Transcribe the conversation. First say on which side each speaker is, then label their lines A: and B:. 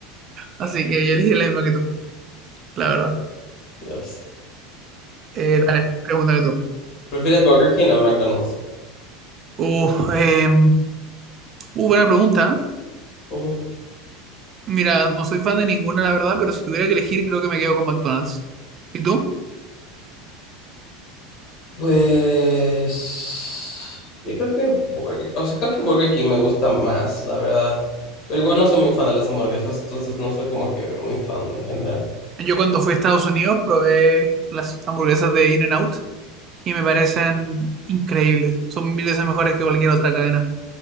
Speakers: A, on the right (about 35°); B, on the left (about 40°).
A: Así que yo elegiría la misma que tú, la verdad.
B: Ya ves.
A: Eh, dale, pregúntame tú.
B: ¿Prefieres Burger King o McDonald's?
A: Uh, eh, uh, buena pregunta.
B: Ujú.
A: Mira, no soy fan de ninguna, la verdad, pero si tuviera que elegir, creo que me quedo con McDonald's. ¿Y tú?
B: Pues yo creo que Burger, o sea, creo que Burger King me gusta más, la verdad. Pero igual no soy muy fan de las hamburguesas, entonces no soy como que muy fan en general.
A: Yo cuando fui a Estados Unidos probé las hamburguesas de In-N-Out y me parecen increíbles. Son mil veces mejores que cualquier otra cadena.